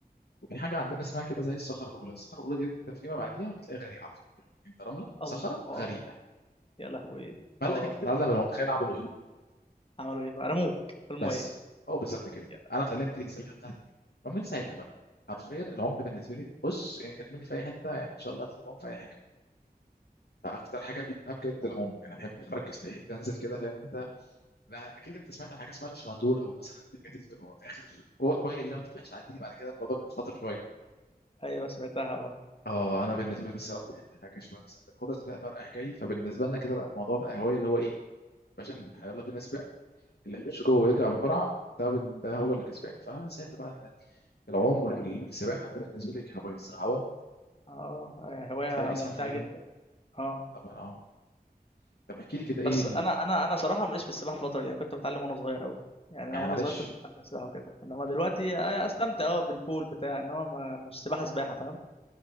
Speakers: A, on the left; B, on the left.
A: في حاجه عندنا اسمها كده زي الصخره الاولى الصخره الاولى ديت انت فيما بعديها بتلاقي غريقه على طول يعني انت رمله صخره
B: الله
A: غريقه
B: يا لهوي
A: فقال
B: اه
A: لك انت تتعلم المتخيل عملوا ايه
B: عملوا ايه بقى رموك في الميه
A: بس هو بالظبط كده
B: يا
A: انا
B: لهوي.
A: اتعلمت ايه السباحه بتاعتي كده ومن ساعتها بقى حرفيا العوم ده بالنسبه لي بص ارميني في اي حته يعني ان شاء الله هتلاقيني بعوم في اي حاجه فاكتر حاجه بحبها بجد العوم انا بحب احرك جسمي بحب انزل كده فاهم انت لا اكيد انت سمعت عن حاجه اسمها الشمندور او مثلا الحاجات اللي بتبقى في اخر جوه الميه اللي لو انت مش هتعدي بعد كده الموضوع بيبقى خطر شويه
B: ايوه سمعتها اه
A: اه انا بالنسبه لي الصراحه بحب حاجه شويه مثلا بناخدها سباق بقى رايح جاي فبالنسبه لنا كده بقى الموضوع بقى هوايه اللي هو ايه باشا يلا بينا سباق اللي يخش جوه ويرجع بسرعه ده ده هو اللي كسبان فمن ساعتها بقى انا العوم والسباحه ده بالنسبه لي كهوايه الصراحه اولا
B: اه آه، هوايه
A: تلاقي جسمك
B: ممتعه
A: حلو
B: جدا اه
A: طبعا اه طب احكي لي كده ايه
B: بس
A: ال...
B: انا انا انا صراحه ماليش في السباحه الفتره دي يعني كنت بتعلم وانا صغير قوي يعني انا
A: يعني
B: وانا
A: معلش
B: صغير كنت بتعلم سباحه وكده انما دلوقتي
A: يعني انت معلش
B: آه، استمتع
A: آه.
B: اه بالبول بتاع انما ما مش سباحه سباحه فاهم